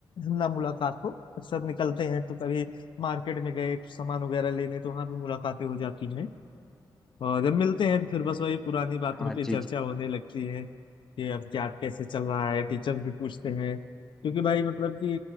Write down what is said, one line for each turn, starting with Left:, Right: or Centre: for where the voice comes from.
Left: ना मुलाकात हो अक्सर निकलते हैं तो कभी मार्केट में गए सामान वगैरह लेने तो वहाँ भी मुलाकातें हो जाती हैं और जब मिलते हैं फिर बस वही पुरानी बातों
Centre: हाँ
Left: पे
Centre: जी
Left: चर्चा
Centre: जी
Left: होने लगती है कि अब क्या कैसे चल रहा है टीचर भी पूछते हैं क्योंकि भाई मतलब कि